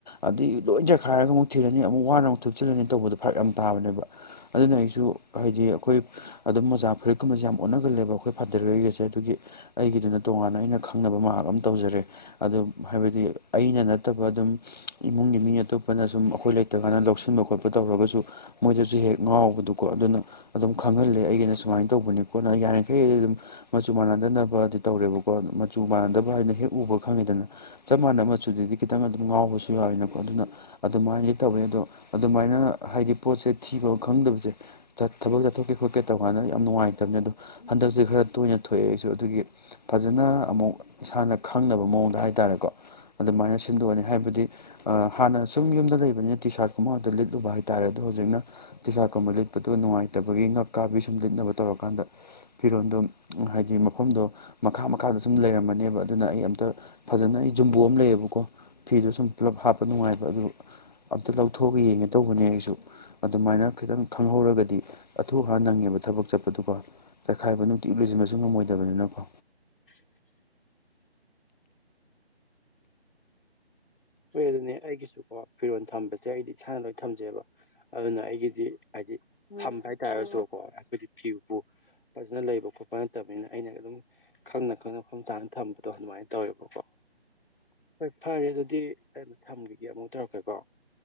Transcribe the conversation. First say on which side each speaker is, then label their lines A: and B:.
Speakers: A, on the left; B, on the left.
A: ꯑꯗꯩ ꯂꯣꯏ ꯖꯠꯈꯥꯏꯔꯒ ꯑꯃꯨꯛ ꯊꯤꯔꯅꯤ ꯑꯃꯨꯛ ꯋꯥꯅ ꯑꯃꯨꯛ ꯊꯨꯞꯆꯜꯂꯅꯤ ꯇꯧꯕꯗꯣ ꯐꯔꯛ ꯌꯥꯝ ꯇꯥꯕꯅꯦꯕ ꯑꯗꯨꯅ ꯑꯩꯁꯨ ꯍꯥꯏꯗꯤ ꯑꯩꯈꯣꯏ ꯑꯗꯨꯝ ꯑꯣꯣꯥ ꯐꯨꯔꯤꯠꯀꯨꯝꯕꯁꯦ ꯌꯥꯝ ꯑꯣꯠꯅꯒꯜꯂꯦꯕ ꯑꯩꯈꯣꯏ ꯐꯗꯔꯩꯒꯁꯦ ꯑꯗꯨꯒꯤ ꯑꯩꯒꯤꯗꯨꯅ ꯇꯣꯉꯥꯟꯅ ꯑꯩꯅ ꯈꯪꯅꯕ ꯃꯍꯥꯛ ꯑꯃ ꯇꯧꯖꯔꯦ ꯑꯗꯨ ꯍꯥꯏꯕꯗꯤ ꯑꯩꯅ ꯅꯠꯇꯕ ꯑꯗꯨꯝ ꯏꯃꯨꯡꯒꯤ ꯃꯤ ꯑꯇꯣꯞꯄꯅ ꯁꯨꯝ ꯑꯩꯈꯣꯏ ꯅꯠꯇꯒꯥꯏꯅ ꯂꯧꯁꯤꯟꯕ ꯈꯣꯠꯄ ꯇꯧꯔꯒꯁꯨ ꯃꯣꯏꯗꯁꯨ ꯍꯦꯛ ꯉꯥꯎꯕꯗꯨꯀꯣ ꯑꯗꯨꯅ ꯑꯗꯨꯝ ꯈꯪꯍꯜꯂꯦ ꯑꯩꯒꯤꯩꯅ ꯁꯨꯃꯥꯏꯅ ꯇꯧꯕꯅꯤ ꯈꯣꯠꯅ ꯌꯥꯔꯤꯈꯩꯗꯤ ꯑꯗꯨꯝ ꯃꯆꯨ ꯃꯥꯟꯅꯗꯅꯕꯗꯤ ꯇꯧꯔꯦꯕꯀꯣ ꯃꯆꯨ ꯃꯥꯟꯅꯗꯕ ꯍꯥꯏꯅ ꯍꯦꯛ ꯎꯕ ꯈꯪꯉꯤꯗꯅ ꯆꯞ ꯃꯥꯟꯅꯕ ꯃꯆꯨꯗꯗꯤ ꯈꯤꯇꯪ ꯑꯗꯨꯝ ꯉꯥꯎꯕꯁꯨ ꯌꯥꯎꯋꯅꯀꯣ ꯑꯗꯨꯅ ꯑꯗꯨꯃꯥꯏꯅ ꯊꯕꯅꯤ ꯑꯗꯣ ꯑꯗꯨꯃꯥꯏꯅ ꯍꯥꯏꯗꯤ ꯄꯣꯠꯁꯦ ꯊꯤꯕ ꯈꯪꯗꯕꯁꯦ ꯊꯕꯛ ꯆꯠꯊꯣꯛꯀꯦ ꯈꯣꯠꯀꯦ ꯇꯧ ꯀꯥꯟꯗ ꯌꯥꯝ ꯅꯨꯡꯉꯥꯏꯇꯕꯅꯤ ꯑꯗꯣ ꯍꯟꯗꯛꯁꯦ ꯈꯔ ꯇꯣꯏꯅ ꯊꯣꯛꯑꯦ ꯑꯩꯁꯨ ꯑꯗꯨꯒꯤ ꯐꯖꯅ ꯑꯃꯨꯛ ꯏꯁꯥꯅ ꯈꯪꯅꯕ ꯃꯑꯣꯡꯗ ꯍꯥꯏ ꯇꯥꯔꯦꯀꯣ ꯑꯗꯨꯃꯥꯏꯅ ꯁꯤꯟꯗꯣꯛꯑꯅꯤ ꯍꯥꯏꯕꯗꯤ ꯍꯥꯟꯅ ꯁꯨꯝ ꯌꯨꯝꯗ ꯂꯩꯕꯅꯤ ꯇꯤ ꯁꯥꯔꯠꯀꯨꯝꯕ ꯑꯗꯨꯗ ꯂꯤꯠꯂꯨꯕ ꯍꯥꯏꯇꯥꯔꯦ ꯑꯗꯣ ꯍꯧꯖꯤꯛꯅ ꯇꯤꯁꯥꯔꯀꯨꯝꯕ ꯂꯤꯠꯄꯗꯨ ꯅꯨꯡꯉꯥꯏꯇꯕꯒꯤ ꯉꯛꯀꯥꯕꯤ ꯁꯨꯝ ꯂꯤꯠꯅꯕ ꯇꯧꯔꯀꯥꯟꯗ ꯐꯤꯔꯣꯜꯗꯣ ꯍꯥꯏꯗꯤ ꯃꯐꯝꯗꯣ ꯃꯈꯥ ꯃꯈꯥꯗ ꯁꯨꯝ ꯂꯩꯔꯝꯃꯅꯦꯕ ꯑꯗꯨꯅ ꯑꯩ ꯑꯝꯇ ꯐꯖꯅ ꯑꯩ ꯌꯖꯨꯝꯕꯨ ꯑꯃ ꯂꯩꯌꯦꯕꯀꯣ ꯐꯤꯗꯣ ꯁꯨꯝ ꯄꯨꯂꯞ ꯍꯥꯞꯄ ꯅꯨꯡꯉꯥꯏꯕ ꯑꯗꯨ ꯑꯝꯇ ꯂꯧꯊꯣꯛꯑꯒ ꯌꯦꯡꯒꯦ ꯇꯧꯕꯅꯦ ꯑꯩꯁꯨ ꯑꯗꯨꯃꯥꯏꯅ ꯈꯤꯇꯪ ꯈꯪꯍꯧꯔꯒꯗꯤ ꯑꯊꯨ ꯍꯥꯟ ꯅꯪꯉꯤꯕ ꯊꯕꯛ ꯆꯠꯄꯗꯨ ꯀꯣ ꯆꯥꯏꯈꯥꯏꯕ ꯅꯨꯡꯇꯤꯛ ꯂꯣꯏꯟꯕꯁꯨ ꯉꯝꯃꯗꯕꯅꯤꯅꯀꯣ
B: <inaudible> ꯍꯏ ꯑꯗꯨꯅꯦ ꯑꯩꯒꯤꯁꯨꯀꯣ ꯐꯤꯔꯣꯜ ꯊꯝꯕꯁꯦ ꯑꯩꯗꯤ ꯏꯁꯥꯅ ꯂꯣꯏ ꯊꯝꯖꯩꯕ ꯑꯗꯨꯅ ꯑꯩꯒꯤꯗꯤ ꯍꯥꯏꯗꯤ ꯐꯝꯕ ꯍꯥꯏꯇꯥꯔꯁꯨꯀꯣ ꯍꯥꯏꯣꯏꯗꯤ ꯐꯤꯕꯨꯨ ꯐꯖꯅ ꯂꯩꯕ ꯈꯣꯠꯄ ꯅꯠꯇꯕꯅꯤꯅ ꯑꯩꯅ ꯑꯗꯨꯝ ꯈꯪꯅ ꯈꯪꯅ ꯃꯐꯝ ꯆꯥꯅ ꯊꯝꯕꯗꯣ ꯑꯗꯨꯃꯥꯏꯅ ꯇꯧꯋꯦꯕꯀꯣ ꯍꯣꯏ ꯐꯔꯦ ꯑꯗꯨꯗꯤ ꯑꯩꯅ ꯊꯝꯈꯤꯒꯦ ꯑꯃꯨꯛ ꯇꯧꯔꯛꯀꯦꯀꯣ